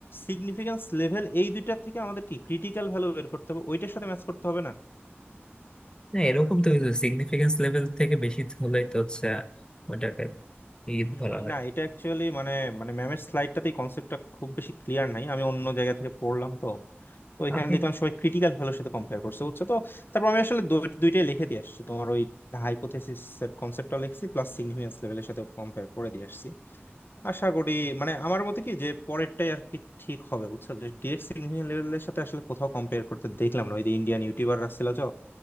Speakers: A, on the left (about 55°); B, on the left (about 20°).
A: সিগনিফিকেন্স লেভেল এই দুইটা থেকে আমাদের কি ক্রিটিক্যাল ভ্যালু বের করতে হবে ওইটার সাথে ম্যাচ করতে হবে না
B: না এরকম তো কিছু সিগনিফিকেন্স লেভেল থেকে বেশি হলেই তো হচ্ছে ওটাকে ঈদ
A: উম,
B: ধরা হয়
A: না এটা অ্যাকচুয়ালি মানে মানে ম্যামের স্লাইডটাতেই কনসেপ্টটা খুব বেশি ক্লিয়ার নাই আমি অন্য জায়গা থেকে পড়লাম তো তো এখানে
B: আমি
A: দেখলাম সবাই ক্রিটিক্যাল ভ্যালুর সাথে কম্পেয়ার করছে বুঝছো তো তারপর আমি আসলে দু- দুইটাই লিখে দিয়ে আসছি তোমার ওই হাইপোথেসিস এর কনসেপ্টটা লিখছি প্লাস সিগনিফিকেন্স লেভেলের সাথে কম্পেয়ার করে দিয়ে আসছি আশা করি মানে আমার মতে কি যে পরেরটাই আর কি ঠিক হবে বুঝছো যে ডিএক্স ইনহিবিশন লেভেলের সাথে আসলে কোথাও কম্পেয়ার করতে দেখলাম না ওই যে ইন্ডিয়ান ইউটিউবাররা ছিল তো